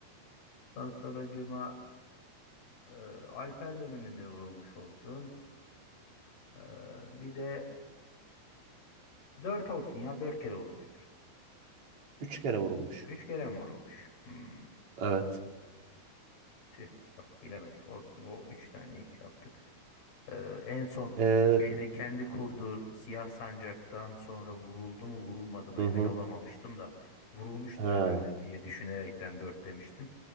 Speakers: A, on the left; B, on the right.
A: Ondan sonracığıma eee, Alper döneminde vurulmuş olsun. Eee, bir de 4 olsun ya 4 kere olmuştur.
B: Üç kere vurulmuş.
A: 3 kere mi vurulmuş? Hmm,
B: Evet.
A: tüh bak bilemedik olsun. O 3 tane iş yaptık. Eee, en son
B: Eee,
A: şeyde kendi kurduğu siyah sancaktan sonra vuruldu mu vurulmadı mı
B: hı
A: emin
B: hı.
A: olamamıştım da vurulmuştur
B: Ha.
A: herhalde diye düşünerekten 4 demiştim.